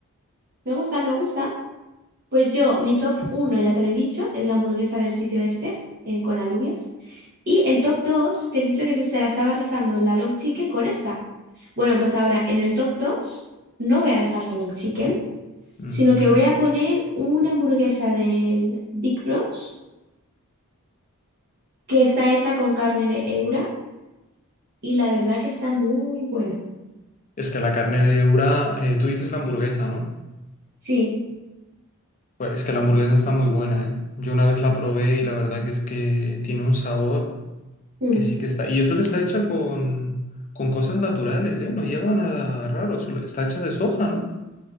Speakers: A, on the right; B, on the left.
A: Me gusta, me gusta. Pues yo, mi top uno ya te lo he dicho, es la hamburguesa del sitio este, eh, con alubias. Y el top 2 te he dicho que se, se la estaba rifando la long chicken con esta. Bueno, pues ahora en el top 2 no voy a dejar la long chicken,
B: Mm,
A: sino que voy a poner una hamburguesa del Big Bros, que está hecha con carne de Eura y la verdad que está muy buena.
B: Es que la carne de Ura, eh, tú dices la hamburguesa, ¿no?
A: Sí,
B: Pues Es que la hamburguesa está muy buena, ¿eh? Yo una vez la probé y la verdad que es que tiene un sabor
A: mm,
B: que sí que está. Y eso que está hecha con, con cosas naturales, ¿eh? No lleva nada raro, solo está hecha de soja, ¿no?